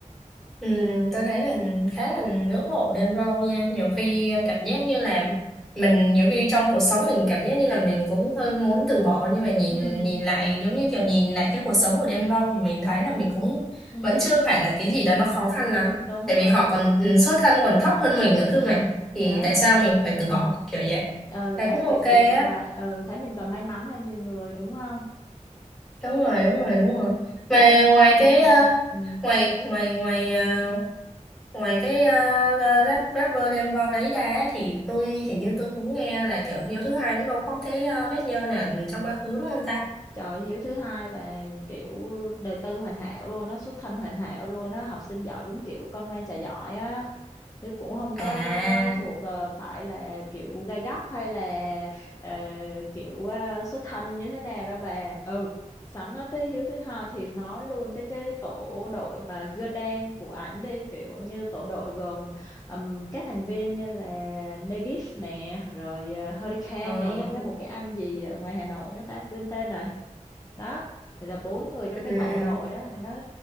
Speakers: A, in the centre; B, on the left.
A: Ừ, tôi thấy là khá là ngưỡng mộ Đen Vâu nha nhiều khi cảm giác như là mình nhiều khi trong cuộc sống mình cảm giác như là mình cũng hơi muốn từ bỏ nhưng mà nhìn
B: ừ
A: nhìn lại giống như kiểu nhìn lại cái cuộc sống của Đen Vâu thì mình thấy là mình cũng
B: ừ
A: vẫn chưa phải là cái gì đó nó khó khăn lắm
B: đúng
A: tại
B: rồi
A: vì họ còn ừ, xuất thân còn thấp hơn mình nữa
B: ừ
A: cơ mà thì
B: đó
A: tại sao mình phải từ bỏ kiểu vậy
B: ờ
A: thấy
B: đấy
A: cũng ok
B: kiểu
A: á
B: kiểu vậy ờ thấy mình còn may mắn hơn nhiều người đúng không
A: đúng rồi đúng rồi đúng rồi mà
B: Ê,
A: ngoài cái
B: sao?
A: ờ,
B: Ừ.
A: ngoài ngoài ngoài ờ, ngoài cái uh, rap, rapper đem Vâu đấy ra á, thì tôi hình như tôi cũng nghe là kiểu Hiếu thứ hai cũng đâu có cái uh, bác nhơ nào trong quá khứ đúng không ta
B: Trời hiếu thứ hai là kiểu đời tư hoàn hảo luôn á, xuất thân hoàn hảo luôn á, học sinh giỏi đúng kiểu con ngoan trò giỏi á. Chứ cũng không có
A: à
B: có có thuộc ờ, phải là kiểu gai góc hay là ờ, kiểu ờ, xuất thân như thế nào đâu bà. Ừ, sẵn nói tới hiếu thứ hai thì nói luôn tới cái tổ đội mà gơ đen của ảnh đi, kiểu như tổ đội gồm ừm, các thành viên như là Negif nè, rồi ờ, Hurricane
A: ừ.
B: nè với một cái anh gì ở ngoài Hà Nội nữa ta quên tên rồi đó thì là bốn người trong cái
A: Ừ,
B: tổ
A: ừ.
B: đội đó mà nói